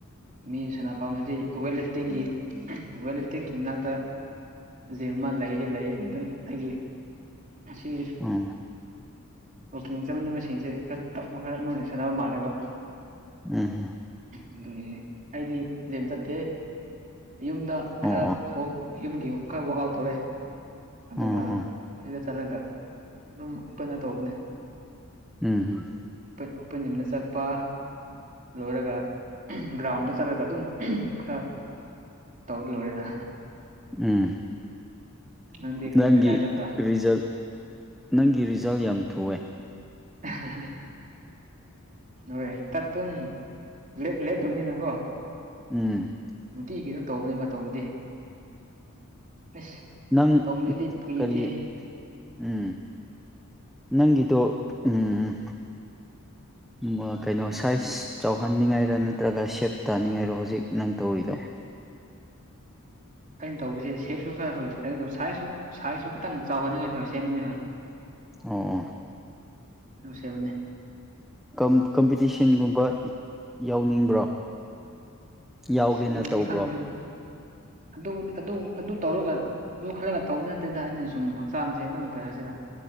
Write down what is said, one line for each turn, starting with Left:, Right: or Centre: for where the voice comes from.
Right: ꯃꯤ ꯁꯟꯅꯐꯝ ꯑꯁꯤ ꯋꯦꯠ ꯂꯤꯐꯇꯤꯡꯒꯤ ꯋꯦꯠ ꯂꯤꯐꯇꯤꯡꯒꯤ ꯃꯅꯥꯛꯇ <unintelligible> ꯂꯩꯗꯤ ꯂꯩ ꯑꯗꯨꯝ ꯑꯩꯒꯤ ꯑꯁꯤ
Centre: ꯎꯝ
Right: ꯋꯥꯛꯀꯤꯡ ꯆꯠꯃꯤꯟꯕꯁꯤꯡꯁꯦ ꯈꯔꯞ ꯈꯔ ꯃꯣꯏꯒꯥ ꯁꯥꯟꯅꯕ ꯃꯥꯜꯂꯦꯕ
Centre: ꯎꯝ
Right: ꯑꯗꯨꯒꯤꯅꯤ ꯑꯩꯗꯤ ꯖꯤꯝ ꯆꯠꯇꯦꯍꯦ ꯌꯨꯝꯗ
Centre: ꯑꯣ
Right: ꯈꯔ
Centre: ꯑꯣ
Right: ꯍꯣꯝ ꯌꯨꯝꯒꯤꯃꯨꯛ ꯈꯔ ꯋꯥꯛ ꯑꯥꯎꯠ ꯇꯧꯔꯦ ꯑꯗꯨꯒ
Centre: ꯎꯝ
Right: ꯑꯗꯨꯗ ꯆꯠꯂꯒ ꯑꯗꯨꯝ ꯀꯩꯅꯣ ꯇꯧꯕꯅꯦ
Centre: ꯎꯝ ꯎꯝ
Right: ꯄꯟ ꯑꯣꯄꯟ ꯖꯤꯝꯗ ꯆꯠꯄ ꯂꯣꯏꯔꯒ ꯒ꯭ꯔꯥꯎꯟꯗ ꯆꯠꯂꯒ ꯑꯗꯨꯝ ꯈꯔ ꯇꯧ ꯂꯣꯏꯅ
Centre: ꯎꯝ
Right: ꯅꯪꯗꯤ
Centre: ꯅꯪꯒꯤ
Right: ꯀꯗꯥꯏ ꯆꯠꯄ꯭ꯔꯥ
Centre: ꯔꯤꯖꯜ ꯅꯪꯒꯤ ꯔꯤꯖꯜ ꯌꯥꯝ ꯊꯨꯑꯦ
Right: <inaudible> ꯍꯣꯏ ꯇꯠꯇꯝ ꯂꯦꯛ ꯂꯦꯞꯇꯕꯅꯤꯅ ꯀꯣ
Centre: ꯎꯝ
Right: ꯅꯨꯡꯇꯤꯒꯤ ꯑꯗꯨꯝ ꯇꯧꯕꯅꯦꯕ ꯇꯧꯕꯗꯤ ꯑꯁ
Centre: ꯅꯪ
Right: ꯇꯧꯕꯗꯨꯗꯤ ꯐꯒꯤ
Centre: ꯀꯔꯤ
Right: ꯅꯠꯇꯦꯍꯦ
Centre: ꯎꯝ ꯅꯪꯒꯤꯗꯣ ꯎꯝ ꯎꯝ ꯑ ꯀꯩꯅꯣꯁꯦ ꯁꯥꯏꯖ ꯆꯥꯎꯍꯟꯅꯤꯡꯉꯥꯏꯔ ꯅꯠꯇ꯭ꯔꯒ ꯁꯦꯞ ꯇꯥꯅꯤꯡꯉꯥꯏꯔꯣ ꯍꯧꯖꯤꯛ ꯅꯪ ꯇꯧꯔꯤꯗꯣ
Right: ꯑꯩꯅ ꯇꯧꯕꯁꯦ ꯁꯦꯞꯁꯨ ꯈꯔ ꯍꯣꯏ ꯁꯥꯏꯖꯁꯨ ꯁꯥꯏꯖꯁꯨ ꯈꯤꯇꯪ ꯆꯥꯎꯍꯟꯅꯤꯡꯉꯥꯏ ꯇꯧꯋꯦ ꯁꯦꯝꯕꯅꯤ ꯍꯣꯏ
Centre: ꯑꯣ
Right: ꯑꯗꯨ ꯁꯦꯝꯕꯅꯦ
Centre: ꯀꯝ ꯀꯝꯄꯤꯇꯤꯁꯟꯒꯨꯝꯕ ꯌꯥꯎꯅꯤꯡꯕ꯭ꯔꯣ ꯌꯥꯎꯒꯦꯅ
Right: ꯑꯗꯨꯕꯨꯗꯤ
Centre: ꯇꯧꯕ꯭ꯔꯣ
Right: ꯈꯪꯗꯦ ꯑꯗꯨꯕꯨꯗꯤ ꯑꯗꯨ ꯑꯗꯨ ꯇꯧꯔꯒ ꯑꯗꯨ ꯈꯜꯂꯒ ꯇꯧꯕ ꯅꯠꯇꯦꯗ ꯑꯩꯅ ꯁꯨꯝ ꯍꯛꯆꯥꯡꯁꯦ ꯑꯗꯨꯝ ꯀꯩ ꯍꯥꯏꯁꯤꯔ